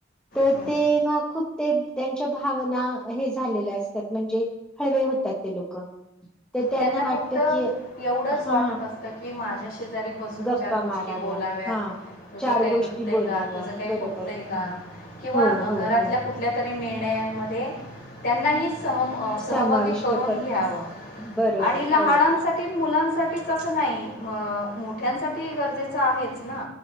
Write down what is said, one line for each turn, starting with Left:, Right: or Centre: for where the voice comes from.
Centre: तर
Left: हं.
Centre: तेव्हा खूप ते त्यांच्या भावना हे झालेल्या असतात म्हणजे हळवे होतात ते लोक तर
Left: त्यांना
Centre: वाटत
Left: फक्त
Centre: की
Left: एवढंच
Centre: हा
Left: वाटत असतं की माझ्या शेजारी बसून
Centre: गप्पा
Left: चार गोष्टी
Centre: माराव्यात
Left: बोलाव्यात
Centre: हा
Left: तुझं
Centre: चार
Left: काही
Centre: गोष्टी
Left: दुखतंय
Centre: बोलाव्यात
Left: का तुझं काही
Centre: बरोबर
Left: खुपतंय का
Centre: हा
Left: किंवा
Centre: हो हो
Left: घरातल्या
Centre: हो
Left: कु कुठल्या तरी निर्णयांमध्ये त्यांनाही सहम
Centre: समाविष्ट
Left: सहभागी करून घ्यावं
Centre: बरोबर
Left: आणि लहानांसाठी
Centre: बरोबर
Left: मुलांसाठीच असं नाही म मोठ्यांसाठी गरजेचं आहेच ना